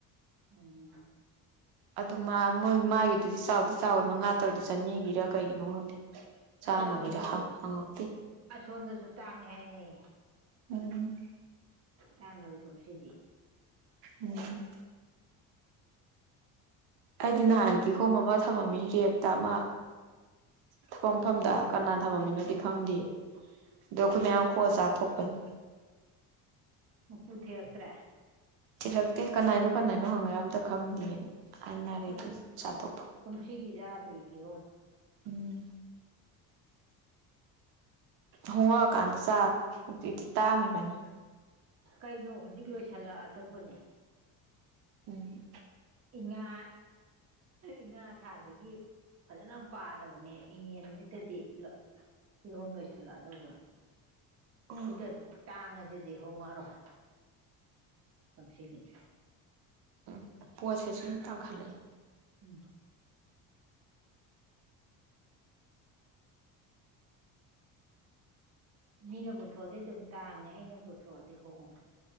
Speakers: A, on the right (about 40°); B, on the right (about 80°).
A: ꯎꯝ
B: ꯑꯗꯨ ꯃꯥ ꯃꯣꯏ ꯃꯥꯒꯤꯗꯨꯗꯤ ꯆꯥꯎꯗꯤ ꯆꯥꯎꯋꯤ ꯃꯉꯥ ꯇꯧꯋꯏꯗꫭ ꯆꯅꯤꯒꯤꯔ ꯀꯩꯒꯤꯅꯣ ꯈꯪꯗꯦ ꯆꯥꯝꯃꯒꯤꯔ
A: ꯑꯗ ꯑꯁꯣꯝꯗꯁꯨ
B: ꯍꯪꯉꯛꯇꯦ
A: ꯑꯁꯣꯝꯗꯁꯨ ꯇꯥꯡꯉꯦ ꯍꯥꯏꯔꯦ
B: ꯎꯝ
A: ꯇꯥꯡꯕꯅꯦ ꯀꯨꯝꯁꯤꯗꯤ
B: ꯎꯝ ꯑꯩꯗꯤ ꯅꯍꯥꯟ ꯀꯤꯍꯣꯝ ꯑꯃ ꯊꯝꯃꯝꯃꯤ ꯔꯦꯛꯇ ꯑꯃ ꯊꯕꯛ ꯃꯐꯝꯗ ꯀꯅꯥ ꯊꯝꯃꯝꯃꯤꯅꯣꯗꯤ ꯈꯪꯗꯦ ꯑꯗꯣ ꯑꯩꯈꯣꯏ ꯃꯌꯥꯝ ꯈꯣꯛꯑ ꯆꯥꯊꯣꯛꯄꯅꯤ
A: ꯃꯄꯨ ꯊꯤꯔꯛꯇ꯭ꯔꯦ
B: ꯊꯤꯔꯛꯇꯦ ꯀꯅꯥꯏꯅꯣ ꯀꯅꯥꯏꯅꯣ ꯍꯪꯉꯦ ꯑꯝꯇ ꯈꯪꯗꯦꯅ ꯍꯥꯏꯅꯔꯦ
A: ꯑꯩ
B: ꯑꯗꯨ ꯆꯥꯊꯣꯛꯄ
A: ꯀꯨꯝꯁꯤꯒꯤ ꯆꯥꯗ꯭ꯔꯤ ꯀꯤꯍꯣꯝ
B: ꯎꯝ ꯍꯣꯡꯉꯛꯑꯀꯥꯟꯗ ꯆꯥꯔꯣ ꯍꯧꯖꯤꯛꯇꯤ ꯇꯥꯡꯉꯤꯕꯅꯤ
A: ꯀꯩꯅꯣ ꯍꯧꯖꯤꯛ ꯂꯣꯏꯁꯜꯂꯛꯑꯗꯧꯕꯅꯦ
B: ꯎꯝ
A: ꯏꯉꯥ ꯏꯉꯥ ꯊꯥꯗꯒꯤ ꯐꯖꯅ ꯄꯥꯜꯂꯕꯅꯦ ꯏꯉꯦꯟꯁꯤꯗꯗꯤ ꯀꯤꯍꯣꯝ ꯂꯣꯏꯁꯤꯜꯂꯛꯑꯗꯧꯕꯅꯤ
B: ꯎꯝ
A: ꯁꯤꯗ ꯇꯥꯡꯉꯁꯤꯗꯤ ꯍꯣꯡꯉꯔꯣꯏ ꯀꯨꯝꯁꯤꯒꯤꯗꯤ
B: ꯎꯝ ꯄꯣꯠꯁꯦ ꯁꯨꯝ ꯇꯥꯡꯈꯠꯂꯛꯏ
A: ꯎꯝ ꯃꯤꯅ ꯄꯨꯊꯣꯛꯑꯗꯤ ꯑꯗꯨꯝ ꯇꯥꯡꯉꯦ ꯑꯩꯅ ꯄꯨꯊꯣꯛꯑꯗꯤ ꯍꯣꯡꯉꯦ